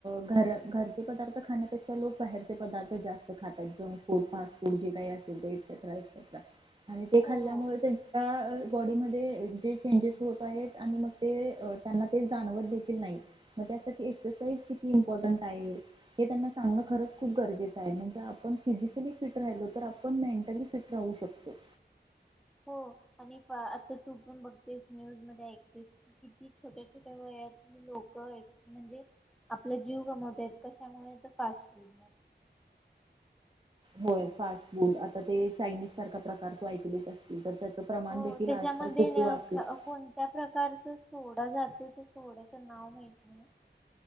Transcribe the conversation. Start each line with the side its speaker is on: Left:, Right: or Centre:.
Right: घरचे पदार्थ खाण्यापेक्षा लोक बाहेरचे पदार्थ जास्त खातात जंू फ फूडे काही अस ते
Centre: हो
Right: खाल्ल्यामुळे त्यांच्या बॉडीमध्येे चेंजेस मोबाईल आणि मग ते त्यांना ते जाणवत देखील नाही मग त्यासाठी एक्सरसाइज किती इम्पॉर्टंट आहे हे त्यांना सांगण खरच खूप गरजेचं आहे म्हणजे आपण फिजिकली फिट राहिलो तर आपण मेंटली फिट राहू शकतो
Centre: हो आणि आता तू पण बघतेस न्यूज मध्ये ऐकतेस क किती छोट्या छोट्या वया लोक म्हणजे आपला जीव गमवतय कशामुळे फास्ट फूड
Right: हो फास्ट फूड आ ते चायनीज सारख प्रकार ऐकले असतील तर प्रमाण
Centre: हो
Right: देखील
Centre: त्याच्यामध्ये
Right: आजकाल खूप वाढलं
Centre: कोणत्या प्रकारच सोडा जातो त्या सोड्याच नाव माहत नाही